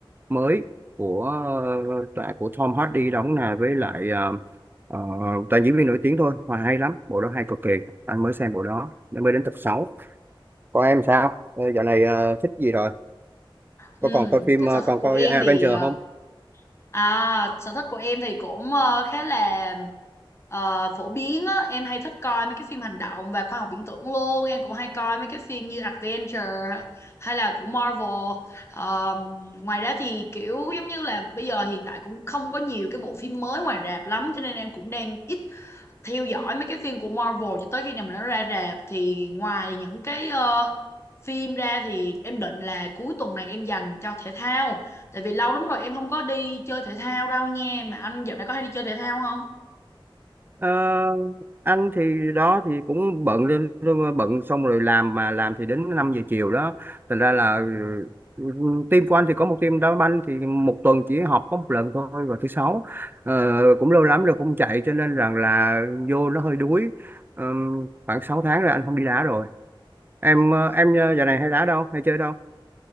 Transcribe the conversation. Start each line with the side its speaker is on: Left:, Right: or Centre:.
Right: mới của ờ, tạ của Tom Hardy đóng là với lại ờ, ờ, toàn diễn viên nổi tiếng thôi mà hay lắm bộ đó hay cực kỳ anh mới xem bộ đó nên mới đến tập 6 còn em sao Ờ, dạo này ờ, thích gì rồi
Left: Ừ,
Right: có còn coi phim
Left: cái
Right: ờ,
Left: sở thích
Right: còn
Left: của
Right: coi
Left: em
Right: Avenger
Left: thì ờ,
Right: không
Left: À, sở thích của em thì cũng ờ, khá là ờ, phổ biến á. Em hay thích coi mấy cái phim hành động và khoa học viễn tưởng luôn. Em cũng hay coi mấy cái phim như Adventure hay là của Marvel. Ờ, ngoài ra thì kiểu giống như là bây giờ hiện tại cũng không có nhiều cái bộ phim mới ngoài rạp lắm cho nên em cũng đang ít theo dõi mấy cái phim của Marvel cho tới khi nào mà nó ra rạp thì ngoài những cái ờ, phim ra thì em định là cuối tuần này em dành cho thể thao tại vì lâu lắm rồi em không có đi chơi thể thao đâu nha mà anh dạo này có hay đi chơi thể thao không
Right: Ờ, anh thì đó thì cũng bận lên bận xong rồi làm mà làm thì đến 5 giờ chiều đó thành ra là ừ, team của anh thì có một team đá banh thì một tuần chỉ họp có một lần thôi vào thứ sáu Ờ, cũng lâu lắm rồi không chạy cho nên rằng là vô nó hơi đuối Ờ, khoảng 6 tháng rồi anh không đi đá rồi em ờ, em giờ này hay đá đâu hay chơi đâu